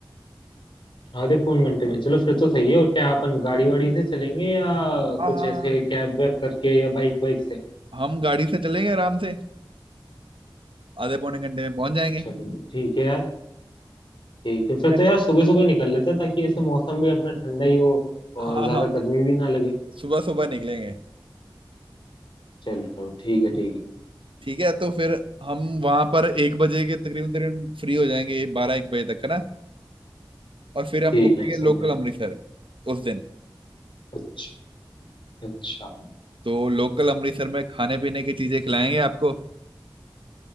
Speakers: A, on the left; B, on the right.
A: आधे पौन घंटे में चलो फिर तो सही है और क्या अपन गाड़ी वाड़ी से चलेंगे या
B: हाँ
A: कुछ
B: हाँ
A: ऐसे कैब वैब करके या बाइक वाइक से
B: हाँ। हम गाड़ी से चलेंगे आराम से आधे पौने घंटे में पहुंच जाएंगे
A: चलो
B: ठीक
A: ठीक है यार ठीक है फिर
B: है।
A: तो यार सुबह सुबह निकल लेते हैं ताकि ऐसे मौसम भी अपना ठंडा ही हो
B: हाँ
A: और
B: हाँ
A: ज्यादा
B: हाँ
A: गर्मी भी ना लगे
B: सुबह सुबह निकलेंगे
A: चलो ठीक है ठीक है
B: ठीक है तो फिर हम वहां पर एक बजे के तकरीबन तकरीबन फ्री हो जाएंगे बारह एक बजे तक है ना और फिर हम
A: ठीक
B: घूमेंगे
A: है समझा
B: लोकल अमृतसर उस दिन
A: अच्छा अच्छा
B: तो लोकल अमृतसर में खाने पीने की चीजें खिलाएंगे आपको